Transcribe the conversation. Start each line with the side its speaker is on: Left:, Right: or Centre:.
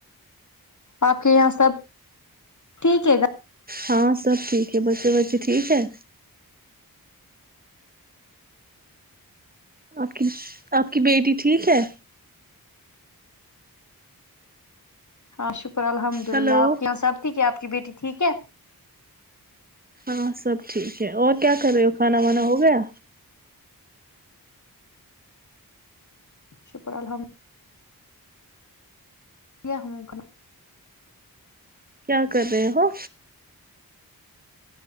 Left: آپ کے یہاں سب ٹھیک ہے گا
Right: ہاں سب ٹھیک ہے بچے بچے ٹھیک ہے آپ کی آپ کی بیٹی ٹھیک ہے
Left: ہاں شکرہ شکر الحمد اللہ
Right: ہلو
Left: آپ یہاںبھی کہ آپ کی بیٹی ٹھیک ہے
Right: ہاں سب ٹھیک ہے اور کیا کر رہے ہو کھانا وانا ہو گیا
Left: شکر الحمد کیایا ہممکن
Right: کیا کر رہے ہو